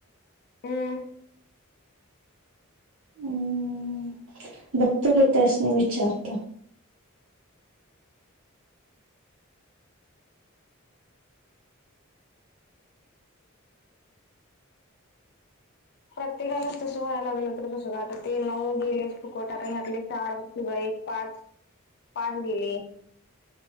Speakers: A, on the left; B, on the right.
A: हम्म.
B: हम्म बघतो की त्यांसनी विचारतो.
A: प्रत्येकालाच तसं व्हायला लागलं तर कसं ग आता ते नऊ गेलेच फुकट आता ह्यातले चार. किंवा एक पाच पाच गेले.